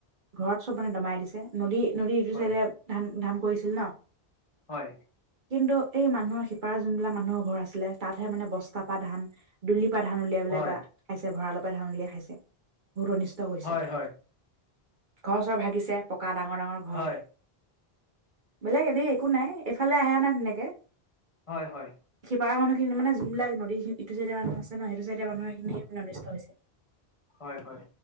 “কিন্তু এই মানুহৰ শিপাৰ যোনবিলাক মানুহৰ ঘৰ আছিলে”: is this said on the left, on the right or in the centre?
Right